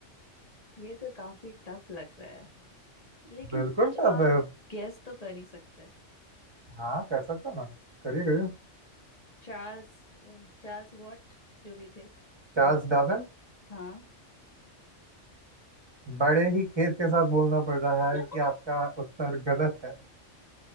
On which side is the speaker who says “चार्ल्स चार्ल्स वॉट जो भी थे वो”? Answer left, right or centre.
Left